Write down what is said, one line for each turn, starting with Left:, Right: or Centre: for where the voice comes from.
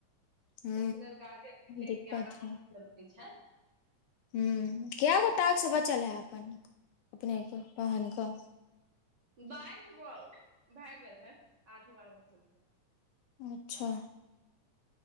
Left: ह
Right: एहि के लेल गार्जियन के ल लेल
Left: दिक्कत
Right: कि आाना बहुत जरूरी छै।
Left: हूँ कए गो टास्क बचल है अपन अपनेके बहनकऽ।
Right: बाइस गो भए गेल हे आठ गो आर बचल छै।
Left: अच्छा।